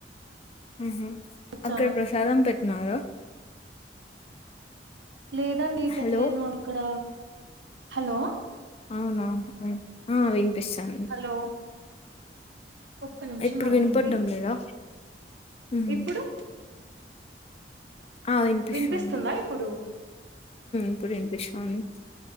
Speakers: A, on the left (about 35°); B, on the right (about 85°).
A: ఉహుమ్
B: వచ్చాను
A: అక్కడ ప్రసాదం పెట్టినరా
B: లేదండి పెట్టలేదు
A: హలో
B: మాకు ఇక్కడ హలో
A: అవున ఉమ్ వినిపిస్తుంది
B: హలో ఒక్క నిమిషం
A: ఇప్పుడు
B: ఆగండి
A: వినపడ్డం లేదా ఉమ్
B: ఇప్పుడు
A: ఆ వినిపిస్తోంది
B: వినిపిస్తుందా ఇప్పుడు
A: ఇప్పుడు వినిపిస్తోంది